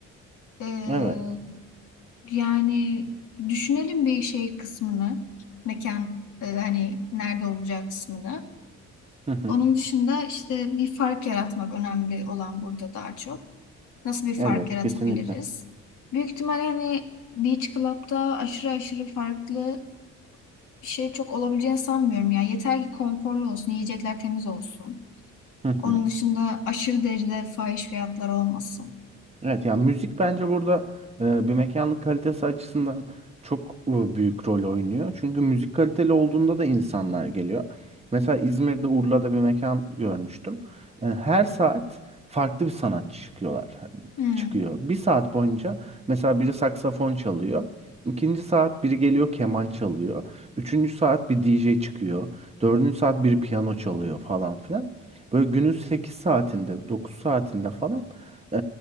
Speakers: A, on the left; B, on the right.
A: Ee,
B: Evet.
A: yani düşünelim bir şey kısmını. Mekan e, hani nerede olacak kısmını.
B: <laughs>
A: Onun dışında işte bir fark yaratmak önemli olan burada daha çok. Nasıl bir
B: Evet,
A: fark yaratabiliriz?
B: kesinlikle.
A: Büyük ihtimal hani Beach Club'da aşırı aşırı farklı bir şey çok olabileceğini sanmıyorum ya. Yeter ki konforlu olsun, yiyecekler temiz olsun.
B: Hı hı.
A: Onun dışında aşırı derecede fahiş fiyatlar olmasın.
B: Evet yani müzik bence burada e, bir mekanlık kalitesi açısından çok e, büyük rol oynuyor. Çünkü müzik kaliteli olduğunda da insanlar geliyor. Mesela İzmir'de Urla'da bir mekan görmüştüm. E, her saat farklı bir sanatçı çıkıyorlar.
A: Hmm.
B: Çıkıyor. Bir saat boyunca mesela biri saksafon çalıyor. İkinci saat biri geliyor keman çalıyor. Üçüncü saat bir DJ çıkıyor. Dördüncü saat biri piyano çalıyor falan filan. Böyle günün 8 saatinde 9 saatinde falan e,